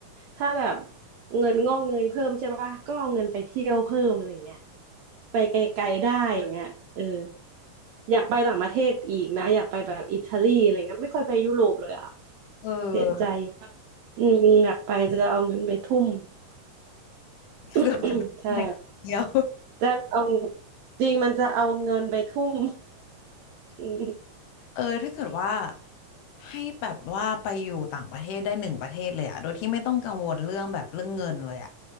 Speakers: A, on the right; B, on the left.
A: ถ้าแบบ เงินงอกเงยเพิ่มใช่ปะก็เอาเงินไปเที่ยวเพิ่มอะไรเงี้ยไปไกลๆได้อย่างเงี้ยเอออยากไปต่างประเทศอีกนะอยากไปแบบอิตาลีอะไรเงี้ยไม่ค่อยไปยุโรปเลยอ่ะ
B: เออ
A: เสียใจอืมอยากไปจะเอาเงินไปทุ่ม <coughs>
B: เกิดมาเป็นเด็กเดียว
A: ใช่จะเอาจริงมันจะเอาเงินไปทุ่ม <laughs> อืม
B: <laughs> เออถ้าเกิดว่าให้แบบว่าไปอยู่ต่างประเทศได้หนึ่งประเทศเลยอะโดยที่ไม่ต้องกังวลเรื่องแบบเรื่องเงินเลยอะ